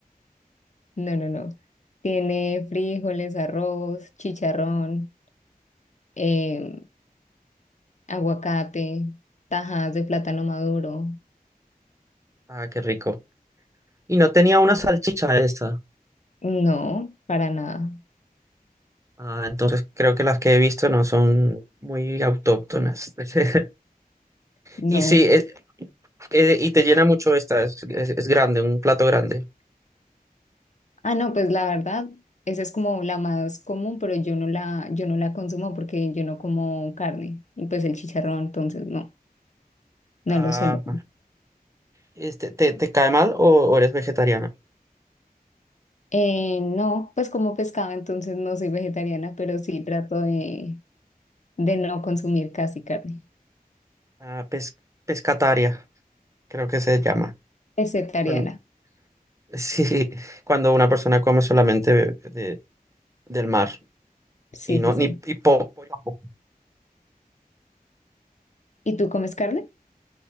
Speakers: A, on the left; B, on the right.
A: <laughs> no, no, no. Tiene frijoles, arroz, chicharrón, eh, aguacate, tajadas de plátano maduro.
B: Ah, qué rico. Y no tenía una salchicha esta.
A: No, para nada.
B: Ah, entonces creo que las que he visto no son muy autóctonas. <laughs>
A: No,
B: Y sí, es- eh, y te llena mucho esta, es, es- es grande, un plato grande.
A: Ah, no, pues la verdad, esa es como la más común, pero yo no la, yo no la consumo porque yo no como carne y pues el chicharrón, entonces no, no
B: Ah,
A: lo suelo. comer.
B: este, ¿te, te cae mal o, o eres vegetariana?
A: Eh, no, pues como pescado, entonces no soy vegetariana, pero sí trato de, de no consumir casi carne.
B: Ah, pes- pescataria, creo que se llama.
A: Vegetariana,
B: Cuando, <laughs> sí, cuando una persona come solamente de, del mar
A: sí,
B: y
A: sí,
B: no
A: sí.
B: ni y po- pollo tampoco.
A: ¿Y tú comes carne?